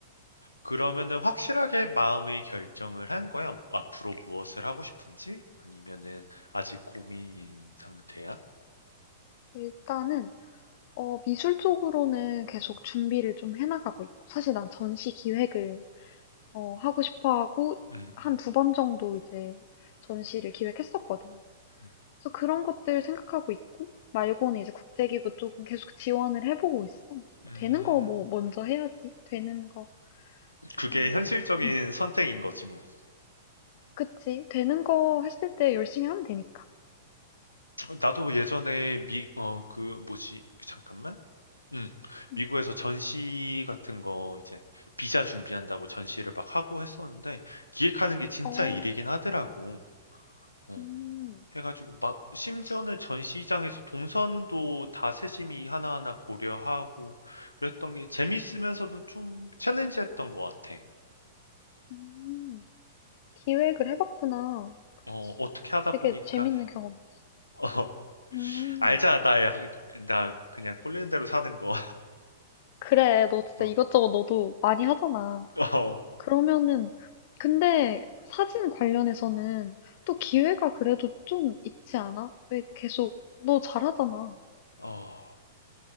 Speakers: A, on the left; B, on the left.
A: 그러면은 확실하게 마음의 결정을 한 거야? 앞으로 무엇을 하고 싶은지? 아니면은 아직 고민인 상태야?
B: 일단은 어, 미술 쪽으로는 계속 준비를 좀 해나가고 있고, 사실 난 전시 기획을 어, 하고 싶어 하고
A: 음,
B: 한
A: 음,
B: 두 번 정도 이제 전시를 기획했었거든.
A: 음.
B: 그래서 그런 것들 생각하고 있고, 말고는 이제 국제기구 쪽은 계속 지원을 해보고 있어.
A: 음,
B: 되는 거 뭐 먼저 해야지. 되는 거.
A: 그게
B: 음.
A: 현실적인
B: <laughs>
A: 선택인 거지, 뭐.
B: 그치. 되는 거 했을 때 열심히 하면 되니까.
A: 나도 예전에 미, 어, 그, 뭐지, 잠깐만. 음, 미국에서
B: 음.
A: 전시 같은 거 이제 비자 준비한다고 전시를 막 하고 했었는데 기획하는 게 진짜
B: 어,
A: 일이긴 하더라고. 어.
B: 음,
A: 해가지고 막 심지어는
B: 그치.
A: 전시장에서 동선도 다 세심히 하나하나 고려하고 그랬던 게 재밌으면서도 좀 챌린지했던 것 같아.
B: 음, 기획을 해봤구나. 그치.
A: 어, 어떻게 하다
B: 되게
A: 보니까
B: 재밌는 경험이지.
A: 어,
B: 음,
A: 알잖아 나, 약- 나 그냥 꼴리는 대로 사는 거.
B: 그래. 너
A: <laughs>
B: 진짜
A: 어,
B: 이것저것 너도 많이 하잖아.
A: 어,
B: 그러면은 근데 사진 관련해서는 또 기회가 그래도 좀 있지 않아? 왜 계속 너 잘하잖아.
A: 어,